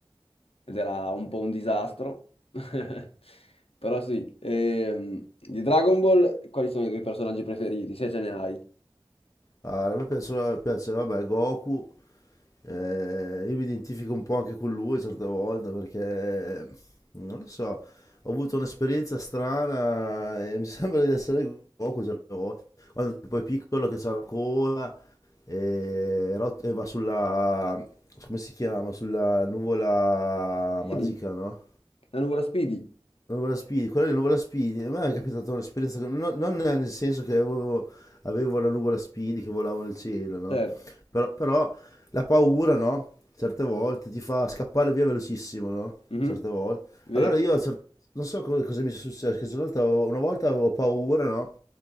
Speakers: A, on the left (about 80°); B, on the left (about 35°).
A: ed era un po' un disastro. <laughs> Però sì, ehm, di Dragon Ball, quali sono i tuoi personaggi preferiti, se ce ne hai?
B: Ah, a me piaceva, piaceva, vabbè, Goku, Eh, io mi identifico un po' anche con lui certe volte perché non lo so, ho avuto un'esperienza strana e mi <laughs> sembra di essere Goku certe volte. Quando poi è piccolo che c'ha la coda e, rot- e va sulla, come si chiama? Sulla nuvola
A: Speedy,
B: magica, no?
A: la nuvola Speedy,
B: Nuvola Speedy, quella di Nuvola Speedy, a me è capitata un'esperienza, che- no- non nel senso che avevo, avevo la nuvola Speedy che volavo nel cielo, no?
A: certo.
B: Però, però la paura, no? Certe volte ti fa scappare via velocissimo, no?
A: Mhm.
B: Certe volte.
A: Vero,
B: Allora io, cer- non so co- cosa mi è successo, che una volta avevo, una volta avevo paura, no?